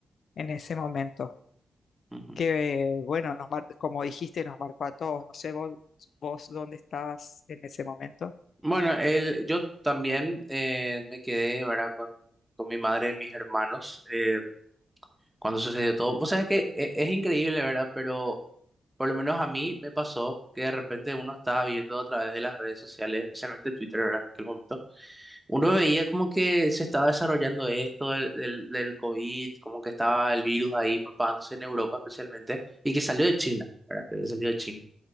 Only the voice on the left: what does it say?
en ese momento.
Que eh, bueno, nos mar- como dijiste, nos marcó a todos. No sé vos, vos dónde estabas en ese momento.